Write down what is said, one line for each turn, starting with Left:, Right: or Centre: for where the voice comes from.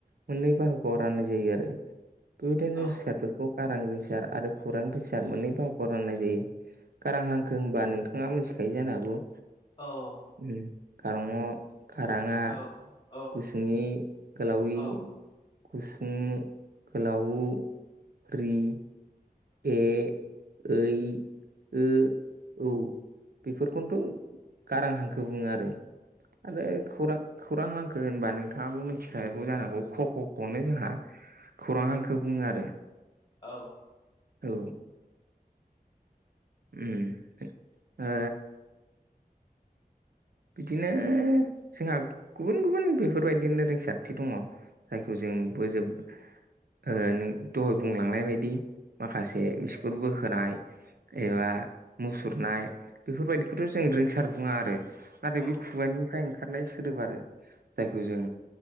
Right: मोननै बाहागोआव राननाय जायो आरो बेबायदिनो
Left: औ
Right: रिंसारफोरखौ गारां रिंसार आरो खौरां रिंसार मोननै बाहखौ राननाय जायो। गारां हांखो होनबा नोंथाङा मिथिखायो जानो हागौ
Left: औ
Right: ओम गारंअ गाराङा
Left: <unintelligible>
Right: गुसुंइ गोलाई
Left: औ
Right: गुसुंउ गोलावउ रि ए ओइ ओ औ बेफोरखौनोथ' गारां हांखो बुङो आरो आरो खौरां खौरां हांखो होनबा नोंथाङाबो मिथिखागौ जानांगौ ख ख खौनो जोंहा खौरां हांखौ बुंङो आरो
Left: औ।
Right: औ उम ओ बिदिनो जोंहा गुबुन गुबुन बेफोरबायदिनो रिंसारथि दङ जायखौ जोंबो जोब ओ दहाय बुंलांनाय बायदि माखासे बिस्कुट बोखोनाय एबा मुसुरनाय बेफोरबायदिखौथ' जों रिंसार बुङा आरो नाथाय
Left: औ
Right: बे खुुबानिानिफ्राय ओंखारनाय सोदोब आरो जायखौ जों